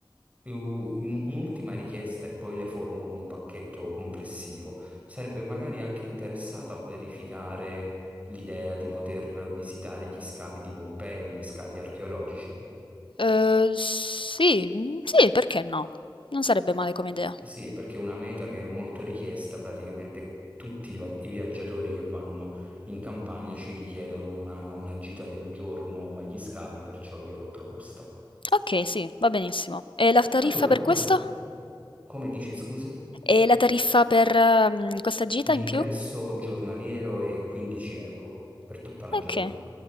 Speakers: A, on the right; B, on the left.
A: Uh, in- Un'ultima richiesta e poi le formulo un pacchetto complessivo. Sarebbe magari anche interessato a verificare l'idea di poter visitare gli scavi di Pompei, gli scavi archeologici?
B: Eh, sì, mm, sì, perché no? Non sarebbe male come idea.
A: Sì, è perché è una meta che è molto richiesta, praticamente tutti i, va- i viaggiatori che vanno in campagna ci richiedono una, una gita di un giorno agli scavi, perciò gliel'ho proposta.
B: Ok, sì, va benissimo. E la tariffa
A: Allora,
B: per
A: guardi,
B: questo?
A: come dici, scusi?
B: E la tariffa per ehm, questa gita
A: L'ingresso
B: in più?
A: giornaliero è 15 euro per tutta la giornata.
B: Ok, Eh,